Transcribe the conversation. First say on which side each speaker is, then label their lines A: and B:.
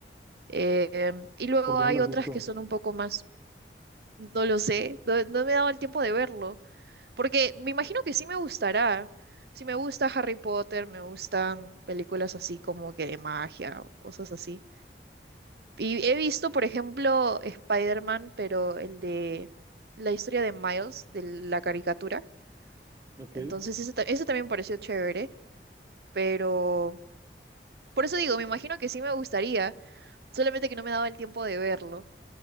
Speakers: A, on the right; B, on the right.
A: Em, y luego
B: ¿Por qué
A: hay
B: no las
A: otras
B: has visto?
A: que son un poco más, no lo sé, no, no me he dado el tiempo de verlo, porque me imagino que sí me gustará. Sí me gusta Harry Potter, me gustan películas así como que de magia o cosas así. Y he visto, por ejemplo, Spider-Man, pero el de la historia de Miles, de la caricatura.
B: Ok,
A: Entonces, ese, ta- ese también pareció chévere, pero por eso digo, me imagino que sí me gustaría, solamente que no me daba el tiempo de verlo.